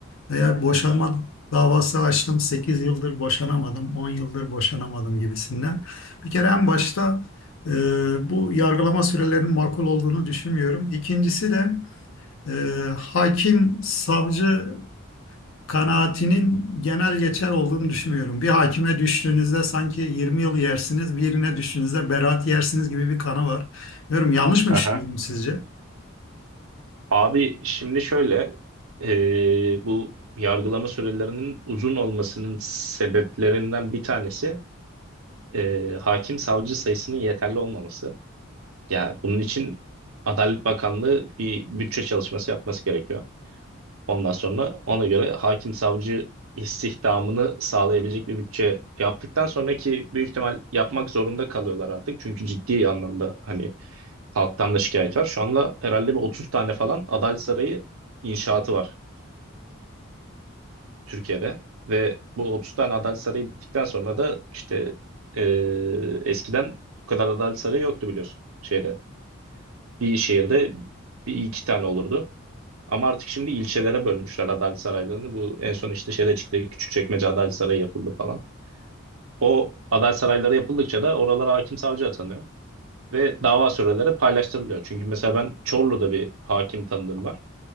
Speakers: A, on the left (about 70°); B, on the right (about 80°).
A: Veya boşanma davası açtım. 8 yıldır boşanamadım. 10 yıldır boşanamadım gibisinden. Bir kere en başta e, bu yargılama sürelerinin makul olduğunu düşünmüyorum. İkincisi de e, hakim, savcı kanaatinin genel geçer olduğunu düşünmüyorum. Bir hakime düştüğünüzde sanki 20 yıl yersiniz, birine düştüğünüzde beraat yersiniz gibi bir kanı var. Bilmiyorum yanlış mı
B: Aha.
A: düşünüyorum sizce?
B: Abi şimdi şöyle e, bu yargılama sürelerinin uzun olmasının sebeplerinden bir tanesi e, hakim savcı sayısının yeterli olmaması. Ya bunun için Adalet Bakanlığı bir bütçe çalışması yapması gerekiyor. Ondan sonra ona göre hakim savcı istihdamını sağlayabilecek bir bütçe yaptıktan sonraki büyük ihtimal yapmak zorunda kalıyorlar artık. Çünkü ciddi anlamda hani halktan da şikayet var. Şu anda herhalde bir 30 tane falan Adalet Sarayı inşaatı var Türkiye'de. Ve bu 30 tane Adalet Sarayı bittikten sonra da işte eee, eskiden bu kadar Adalet Sarayı yoktu biliyorsun şeyde. Bir şehirde bir iki tane olurdu. Ama artık şimdi ilçelere bölmüşler adalet saraylarını. Bu en son işte şeyde çıktı. Küçükçekmece Adalet Sarayı yapıldı falan. O adalet sarayları yapıldıkça da oralara hakim savcı atanıyor. Ve dava süreleri paylaştırılıyor. Çünkü mesela ben Çorlu'da bir hakim tanıdığım var.